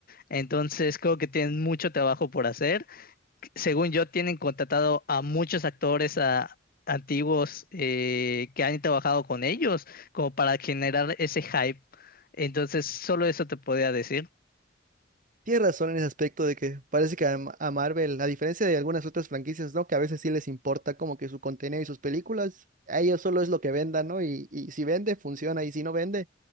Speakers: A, on the left; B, on the right.
A: Entonces creo que tienen mucho trabajo por hacer. Según yo, tienen contratado a muchos actores a- antiguos eh, que han trabajado con ellos como para generar ese hype. Entonces, solo eso te podía decir.
B: Tienes razón en ese aspecto de que parece que a, Ma- a Marvel, a diferencia de algunas otras franquicias, ¿no? Que a veces sí les importa como que su contenido y sus películas, a ellos solo es lo que vendan, ¿no? Y, y si vende, funciona, y si no vende,